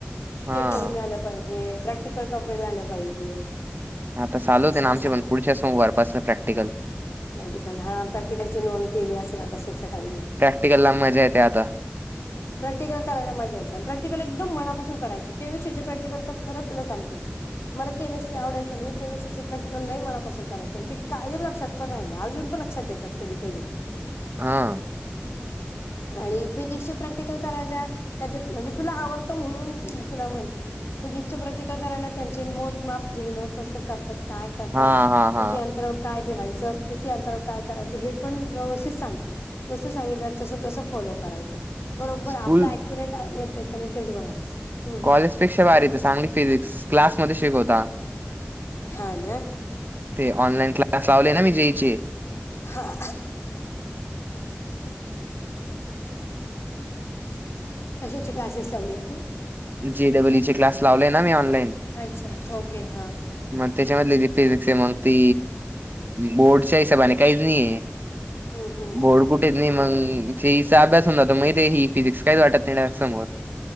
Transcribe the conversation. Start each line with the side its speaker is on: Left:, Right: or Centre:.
Right: हा
Left: चेक करून झालं पाहिजे. प्रॅक्टिकल कम्प्लेंट झालं पाहिजे.
Right: आता चालू होते.
Left: असं
Right: ना आमचे
Left: असतं
Right: पण पुढच्या सोमवारी पासून प्रॅक्टिकल.
Left: प्रॅक्टिकल हा प्रॅक्टिकलची नोंद केली असेल. आता शिक्षकांनी.
Right: प्रॅक्टिकला मजा येते. आता
Left: प्रॅक्टिकल कराला मजा येतेया आणि प्रॅक्टिकल एकदम मनापासून करायचे. केमिस्ट्री ची प्रॅक्टिकल तर खंरच तुला सांगते. मला केमि आडायचं मी केमिस्ट्रीचं प्रॅक्टिकल लई मनापासून कराचे आणि ते कायम लक्षात पण राहिली. अजून पण लक्षातेत की कधी कधी
Right: हां
Left: आणि फिजिक्सचे प्रॅक्टिकल करायच त्याच्यात म्हणजे तुला आवडतं म्हणून तुला म्हणते फिजिक्स चे प्रॅक्टिकल करायला त्यांचे मोज माप गेल्यावर कसं करतात? काय करतात
Right: हा हा
Left: कितीं
Right: हा
Left: अंतरावर काय ठेवायचं किती आंतरावर काय करायचं हे पण व्यवस्थित सांगते. जसं सांगितलं तसं तसं फॉलो करायचं. बरोबर
Right: स्कूल
Left: आपलं ऍक्युरेट येतंय की नाही तेच बघायचं. हम्म
Right: कॉलेजपेक्षा भारी
Left: बोल
Right: येत चांगली फिजिक्स क्लासमध्येध्ये शिकवता.
Left: हा ना?
Right: ते ऑनलाईन क्लास लावले ना मी जेई चे
Left: हा. कशाचे क्लासेस लावले तू
Right: जे डब्ल ई चे क्लास लावले ना मी ऑनलाइन.
Left: अच्छा ओके हा.
Right: मग त्याच्यामधले ज फिजिक्स आहे मग ती बोर्डच्या हिशोबाने काहीच नाही आहे.
Left: हम्म हम्म
Right: बोडकुट <inaudible> मग जचा अभ्यास हो मग ते ह फिजिक्स काहीच वाटत समोर